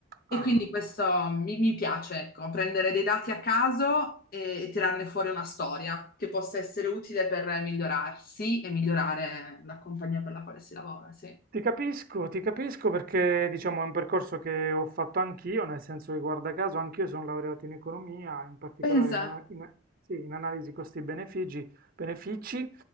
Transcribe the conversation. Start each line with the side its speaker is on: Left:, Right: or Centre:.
Left: E
Right: Ah.
Left: quindi questo mi, mi piace, ecco, prendere dei dati a caso e, e tirarne fuori una storia che possa essere utile per migliorarsi e migliorare la compagnia per la quale si lavora, sì.
Right: Ti capisco, ti capisco perché diciamo è un percorso che ho fatto anch'io, nel senso che guarda caso anch'io sono laureato in economia, in particolare
Left: Esatto,
Right: in, ana- in- a- sì, in analisi costi-benefici, benefici,